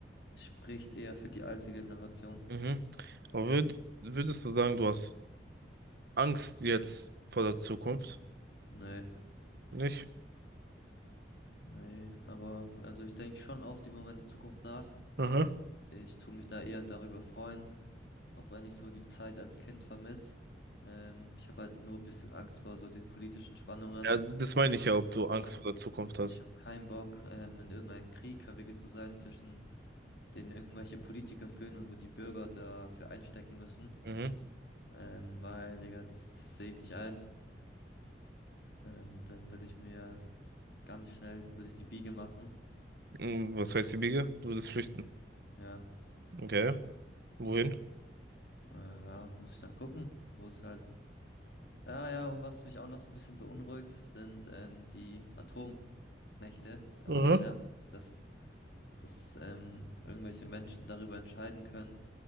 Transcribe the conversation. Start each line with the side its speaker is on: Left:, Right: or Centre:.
Left: spricht eher für die alte Generation.
Right: Mhm. Aber würd, würdest du sagen, du hast Angst jetzt vor der Zukunft?
Left: Nee,
Right: Nicht?
Left: nee, aber also ich denke schon oft über meine Zukunft nach.
Right: Aha.
Left: Ich tue mich da eher darüber freuen, auch wenn ich so die Zeit als Kind vermisse. Ähm, ich habe halt nur ein bisschen Angst vor so den politischen Spannungen.
Right: Ja, das meine ich ja, ob du
Left: Ich
Right: Angst
Left: habe
Right: vor der Zukunft
Left: ich
Right: hast.
Left: hab keinen Bock, ähm, in irgendeinen Krieg verwickelt zu sein, zwischen den irgendwelche Politiker führen und wo die Bürger dafür einstecken müssen.
Right: Mhm.
Left: Ähm, weil, Digga, das, das sehe ich nicht ein. Ähm, dann würde ich mir ganz schnell, würde ich die Biege machen.
Right: Mm, Was heißt die Biege? Du würdest flüchten.
Left: Ja,
Right: Okay. Wohin?
Left: äh, ja, muss ich dann gucken, wo es halt Ja, ja, und was mich auch noch so ein bisschen beunruhigt, sind ähm, die Atommächte. Also
Right: Aha.
Left: es nervt mich, dass, dass ähm, irgendwelche Menschen darüber entscheiden können,